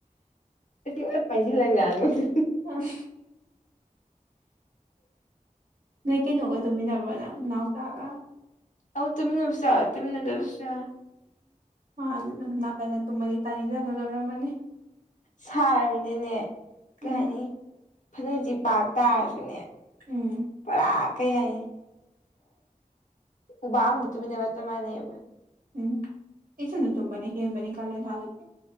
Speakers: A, on the left; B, on the right.
A: ꯑꯁꯤ ꯑꯣꯠ ꯄꯥꯏꯖꯤꯜꯂ ꯉꯥꯡꯕꯗꯨ
B: ꯑꯁ ꯅꯣꯏ ꯀꯩꯅꯣꯒ
A: ꯎꯝ
B: ꯇꯨꯃꯤꯟꯅꯕ꯭ꯔꯣ ꯅꯪ ꯅꯥꯎꯆꯥꯒ
A: ꯑꯧ ꯇꯨꯝꯃꯤꯟꯅꯕꯁꯨ ꯌꯥꯎꯏ ꯇꯨꯃꯤꯟꯅꯗꯥꯕꯁꯨ ꯌꯥꯎꯋꯦ
B: ꯎꯝ ꯅꯥꯀꯟꯗ ꯇꯨꯝꯃꯗꯤ ꯇꯥꯅꯤꯡꯗꯝꯅꯥ ꯂꯣꯏꯔꯝꯃꯥꯅꯤ
A: ꯁꯥꯔꯕꯃꯤꯅꯅꯦ ꯀꯩ
B: ꯎꯝ
A: ꯍꯥꯏꯅꯤ ꯐꯅꯦꯛꯁꯤ ꯄꯥꯛ ꯇꯥꯔꯁꯨꯅꯦ
B: ꯎꯝ
A: ꯄꯣꯔꯥ ꯀꯩ ꯍꯥꯏꯅꯤ ꯎꯕꯥꯛ ꯑꯃꯗꯥ ꯇꯨꯃꯤꯟꯅꯕꯒꯥ ꯆꯞ ꯃꯥꯅꯩꯌꯦꯕ
B: ꯎꯝ ꯏꯊꯟꯗꯥ ꯇꯨꯝꯕꯅꯥ ꯍꯦꯟꯕꯅꯤ ꯀꯥꯂꯦꯟ ꯊꯥꯗꯗꯤ